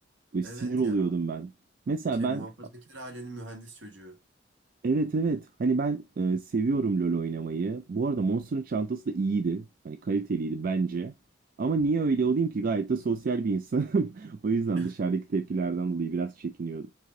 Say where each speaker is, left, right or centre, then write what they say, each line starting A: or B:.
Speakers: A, on the right (about 50°); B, on the right (about 75°).
A: Ve
B: Evet
A: sinir oluyordum
B: ya
A: ben. Mesela
B: şey
A: ben
B: muhafazakar ailenin mühendis çocuğu.
A: evet evet hani ben e, seviyorum LOL oynamayı. Bu arada Monster'ın çantası da iyiydi. Hani kaliteliydi bence. Ama niye öyle olayım ki gayet de sosyal bir insanım. <laughs> O yüzden
B: <laughs>
A: dışarıdaki tepkilerden dolayı biraz çekiniyordum.